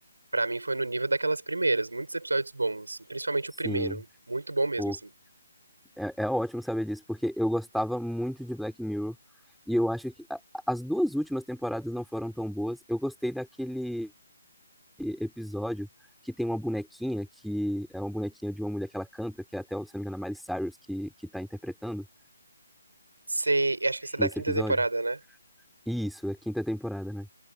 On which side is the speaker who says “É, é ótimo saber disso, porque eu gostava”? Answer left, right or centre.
Centre